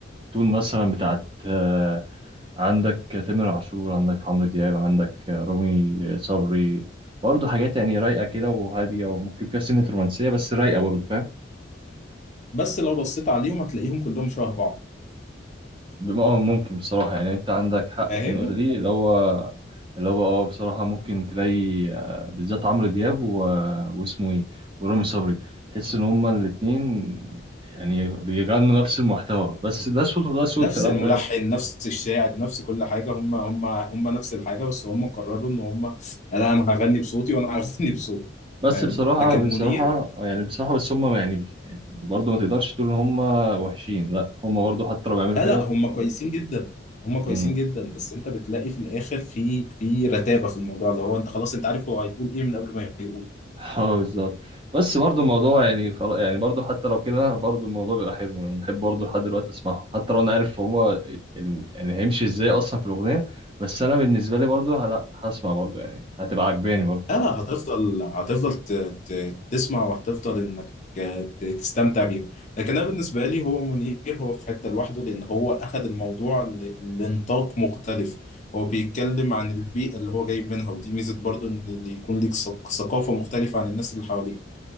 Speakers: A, on the right; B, on the left.
A: تون مثلا بتاعت آه، عندك تامر عاشور عندك عمرو دياب عندك آه، رامي صبري برضه حاجات يعني رايقة كده وهادية وممكن فيها سنة رومانسية بس رايقة برضه فاهم
B: بس لو بصيت عليهم هتلاقيهم كلهم شبه بعض
A: بم- آه، ممكن بصراحة يعني انت عندك حق
B: فاهم
A: في النقطة دي اللي هو اللي هو اه بصراحة ممكن تلاقي آه، بالذات عمرو دياب و... واسمه ايه ورامي صبري تحس ان هما الاتنين يعني بيغنوا نفس المحتوى بس ده صوت وده صوت
B: نفس
A: في الاول
B: الملحن
A: وفي الآخر.
B: نفس الشاعر نفس كل حاجه هم هم هم نفس الحاجه بس هم قرروا ان هم لا انا هغني بصوتي وانا <laughs> هغني بصوته
A: بس
B: فاهم
A: بصراحة
B: لكن
A: بصراحة
B: منير
A: يعني بصراحة بس هم يعني, يعني برضه ما تقدرش تقول ان هم وحشين لا هم برضه حتى لو بيعملوا
B: لا
A: كده
B: لا هم كويسين جدا هم كويسين
A: امم
B: جدا بس انت بتلاقي في الاخر في في رتابه في الموضوع اللي هو انت خلاص انت عارف هو هيقول ايه من قبل ما يقول
A: <laughs> اه بالظبط بس برضه الموضوع يعني خلاص يعني برضه حتى لو كده برضه الموضوع بيبقى حلو انا بحب برضه لحد دلوقتي اسمعهم حتى لو انا عارف هو ال- يعني هيمشي ازاي اصلا في الأغنية بس انا بالنسبة لي برضه لا هسمع برضه يعني هتبقى عجباني برضه
B: لا لا هتفضل هتفضل ت- ت- تسمع وهتفضل انك ت- تستمتع بيهم لكن انا بالنسبه لي هو منير هو في حته لوحده لان هو اخذ الموضوع ل- لنطاق مختلف هو بيتكلم عن البيئه اللي هو جاي منها ودي ميزه برضو ان اللي يكون ليك ثق- ثقافه مختلفه عن الناس اللي حواليك